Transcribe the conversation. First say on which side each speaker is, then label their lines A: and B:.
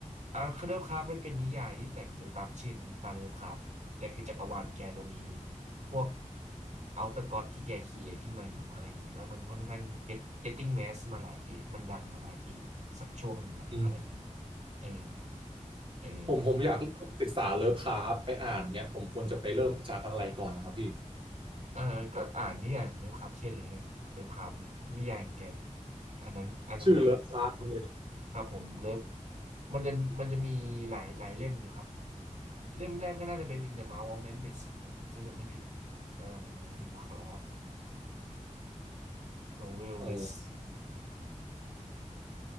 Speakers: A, on the right (about 60°); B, on the right (about 40°).
A: อ่าคเลิฟคราฟต์มันเป็นนิยายที่แต่งโดยตามชื่อนะตามเลิฟคราฟต์แต่คือจักรวาลแกจะมีพวกเอาต r ก o d ที่แกคีเอทขึ้นมาอยู่อะไรอย่างเงี้ยแล้วมันค่อนข้าง get getting mass มาหลายปีมันดังมาหลายปีสักช่วงหนึ่งละอะไรอย่างเงี้ย
B: อืม
A: เออเออ
B: ผมผมอยากศึกษาเลิฟคราฟต์ไปอ่านเนี้ยผมควรจะไปเริ่มจากอะไรก่อนนะครับพี่
A: เออก็อ่านนิยายของเลิฟคราฟเชียนเลยก็ได้ครับ เลิฟคราฟต์เลยนิยายของแกเลยอันนั้นอันนั้นเลย
B: ชื่อเลิฟคราฟต์เลย
A: ครับผมเลิฟ มันจะมันจะมีหลายหลายเล่มอยู่ครับ เล่มแรกก็น่าจะเป็น In the Mouth of Madness นะครับถ้าจะไม่ผิดเอ่อ Lovecraft Novel
B: อ๋อ
A: List